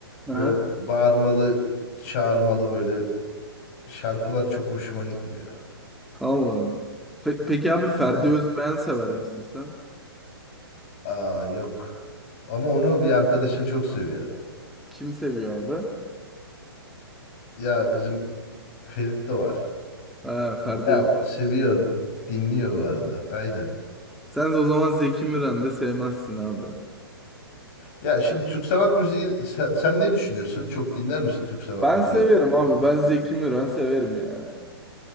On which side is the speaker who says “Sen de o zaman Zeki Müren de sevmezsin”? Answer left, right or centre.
Centre